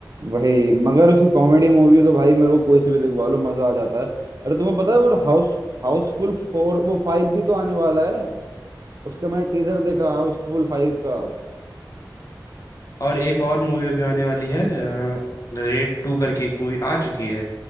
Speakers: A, on the right (about 50°); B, on the left (about 50°).
A: वही मगर उसकी कॉमेडी मूवी है तो भाई मेरे को कोई सी भी दिखवा लो मजा आ जाता है अरे तुम्हें पता है वो हाउस हाउसफुल फोर वो फाइव भी तो आने वाला है उसका मैंने टीजर देखा हाउसफुल फाइव का
B: और एक और मूवी अभी आने वाली है रेड टू करके एक मूवी आ चुकी है